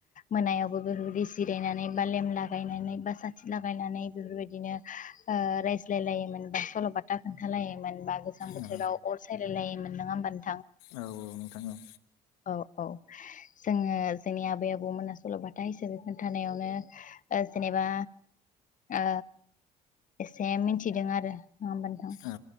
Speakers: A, on the left (about 40°); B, on the left (about 75°).
A: मोनायावबो बेफोरबायदि जिराय जिरायनानै बा लेम लागायनानै बा साथि लागायनानै यनानै बेफोरबादिनो आ रायज्लायलायोमोन बा सलबाथा खोनथालायोमोन बा गोजां बोथोराव
B: औ
A: अर सायलायलायोम मोन नोङा होमब
B: औ औ नोंथां औ
A: औ औ जोङो जोंनि आबै आबौमोना सल'बाथा हिसाबै खोन्थानायावनो अ जेनेबा अ एसे मिनथिदों आरो होमबा नोंथां
B: औ